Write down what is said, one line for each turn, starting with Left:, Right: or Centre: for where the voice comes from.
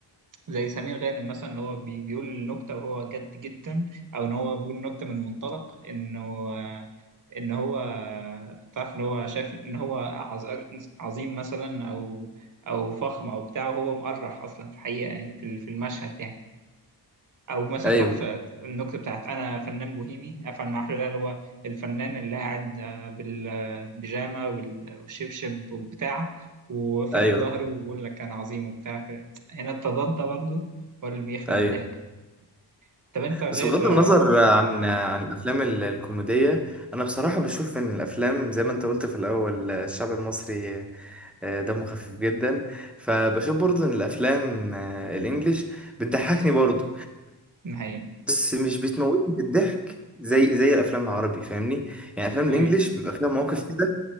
Right: زي سمير غانم مثلا اللي هو بي... بيقول نكته وهو جد جدا او ان هو بيقول نكته من منطلق انه آه، ان هو آه، تعرف ان هو شايف ان هو عظ... عظيم مثلا او او فخم او بتاع وهو مقرح اصلا في الحقيقه يعني في في المشهد يعني او مثلا
Centre: ايوه
Right: تعرف النكته بتاعت انا فنان بوهيمي افعل ما احلى اللي هو الفنان اللي قاعد آه، بالبيجامه وال- والشبشب والبتاع وفرد
Centre: ايوه
Right: ظهره ويقول لك انا عظيم وبتاع هنا التضاد ده برضه هو اللي بيخلق
Centre: ايوه
Right: الضحك طب انت غير
Centre: بس بغض النظر
Right: اه
Centre: عن
Right: آه،
Centre: عن الافلام ال- الكوميديه انا بصراحه بشوف ان الافلام زي ما انت قلت في الاول الشعب المصري آه، دمه خفيف جدا فبشوف برضو ان الافلام آه، الانجليش بتضحكني برضو
Right: هي
Centre: بس مش بتموتني بالضحك زي زي الافلام العربي فاهمني يعني افلام
Right: هي
Centre: الانجليش بيبقى فيها مواقف كده